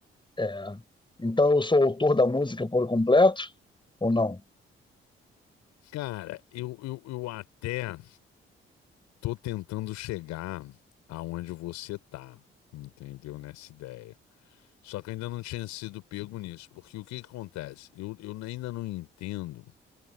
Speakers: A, on the left (about 15°); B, on the left (about 65°).
A: é, então eu sou autor da música por completo ou não?
B: Cara, eu, eu, eu até tô tentando chegar aonde você tá, entendeu? Nessa ideia. Só que eu ainda não tinha sido pego nisso, porque o que que acontece? Eu, eu ainda não entendo